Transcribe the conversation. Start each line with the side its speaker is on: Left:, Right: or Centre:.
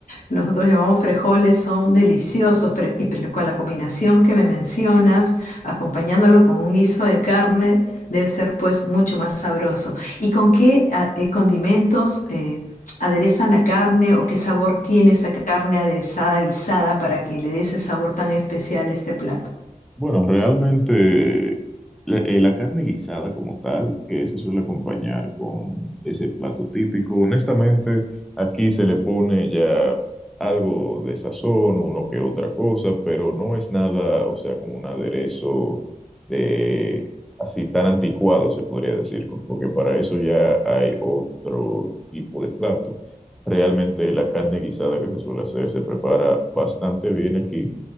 Left: nosotros llamamos frijoles, son deliciosos, pero y pero con la combinación que me mencionas, acompañándolo con un guiso de carne, debe ser pues mucho más sabroso. ¿Y con qué a- eh, condimentos eh, aderezan la carne o qué sabor tiene esa carne aderezada, guisada, para que le dé ese sabor tan especial a este plato?
Centre: Bueno, realmente la, eh, la carne guisada como tal, que se suele acompañar con ese plato típico, honestamente, aquí se le pone ya algo de sazón, uno que otra cosa, pero no es nada, o sea, como un aderezo de así tan anticuado, se podría decir, co- porque para eso ya hay otro tipo de plato. Realmente la carne guisada que se suele hacer se prepara bastante bien aquí.